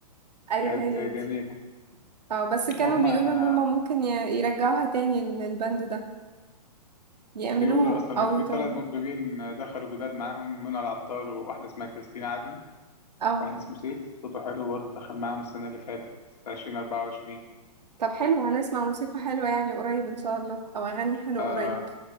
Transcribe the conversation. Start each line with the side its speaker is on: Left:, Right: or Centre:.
Right: <laughs> أيوة
Left: كانت
Right: هي
Left: جميلة
Right: دي اه بس كانوا
Left: وهم
Right: بيقولوا
Left: آه،
Right: إن هما ممكن ي- يرجعوها تاني للبند ده يعملوه
Left: بيقولوا اصلا
Right: او
Left: في
Right: يطوروا
Left: ثلاث مطربين دخلوا جداد معاهم منى العطار وواحدة اسمها كريستين عدلي
Right: اه
Left: واحد اسمه سيف صوته حلو برضه دخل معاهم السنة اللي فاتت في 2024
Right: طب حلو هنسمع موسيقى حلوة يعني قريب ان شاء الله او اغاني حلوة
Left: آه
Right: قريب